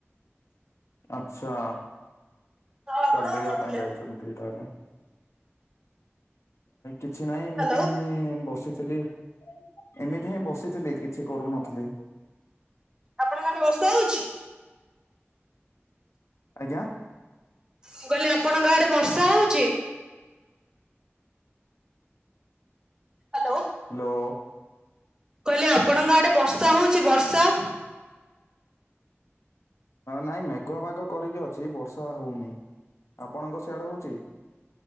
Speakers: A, on the left (about 85°); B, on the right (about 15°).
A: ଆଛା
B: ଆଉ ଆପଣ
A: ଚାଲିବା
B: କଣ କରୁଥିଲେ?
A: ପାଇଁ ଯାଇଛନ୍ତି ତାହେଲେ। କିଛି ନାହିଁ ଏମିତି
B: ହ୍ୟାଲୋ
A: ହିଁ ବସିଥିଲି। ଏମିତି ହିଁ ବସିଥିଲି କିଛି କରୁନଥିଲି।
B: ଆପଣ ଗାଁରେ ବର୍ଷା ହଉଛି?
A: ଆଜ୍ଞା।
B: ମୁଁ କହିଲି ଆପଣଙ୍କ ଆଡେ ବର୍ଷା ହଉଛି? ହ୍ୟାଲୋ।
A: ହ୍ୟାଲୋ।
B: କହିଲେ ଆପଣଙ୍କ ଆଡେ ବର୍ଷା ହଉଛି ବର୍ଷା?
A: ନାଇଁ ମେଘୁଆ ପାଗ କରିକି ଅଛି ବର୍ଷା ହଉନି ଆପଣଙ୍କ ସିଆଡେ ହଉଛି?